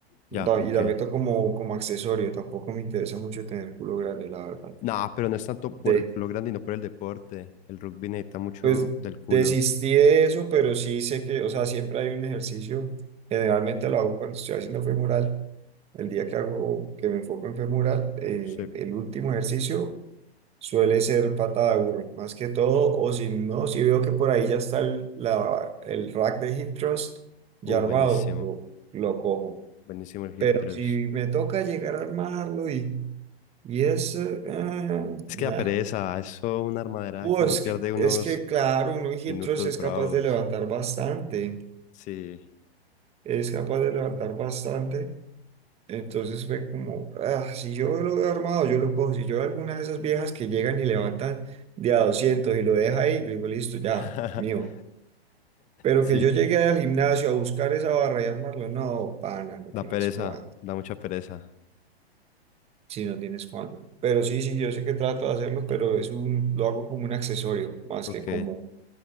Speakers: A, on the left; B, on the right.
A: Ya,
B: Da-
A: ok.
B: y la meto como, como accesorio, tampoco me interesa mucho tener culo grande, la verdad.
A: Nah, pero no es tanto
B: De,
A: por el culo grande, no por el deporte. El rugby necesita mucho
B: pues
A: del culo.
B: desistí de eso, pero sí sé que, o sea, siempre hay un ejercicio, generalmente lo hago cuando estoy haciendo femoral, el día que hago, que me enfoco en femoral, eh,
A: Sí.
B: el último ejercicio suele ser patada de burro, más que todo, o si no, si veo que por ahí ya está el, la- el rack de hip thrust ya
A: Uh,
B: armado,
A: buenísimo.
B: lo, lo cojo.
A: Buenísimo el
B: Pero
A: hip thrust.
B: si me toca llegar a armarlo y Y eso, ah,
A: Es
B: nah.
A: que la pereza, eso es una armadera
B: Uh,
A: que uno
B: es
A: pierde
B: que,
A: unos
B: es que, claro, uno en hip
A: minutos
B: thrust es
A: bravos.
B: capaz de levantar bastante,
A: Sí.
B: es capaz de levantar bastante. Entonces fue como, ah, si yo lo veo armado, yo lo cojo. Si yo veo alguna de esas viejas que llegan y levantan de a 200 y lo deja ahí, yo digo, listo, ya,
A: <laughs>
B: mío. Pero
A: Sí.
B: que yo llegué al gimnasio a buscar esa barra y armarlo, no, pana, no
A: Da
B: tienes
A: pereza,
B: cuándo.
A: da mucha pereza.
B: Sí, no tienes cuándo. Pero sí, sí, yo sé que trato de hacerlo, pero es un, lo hago como un accesorio, más
A: Ok.
B: que como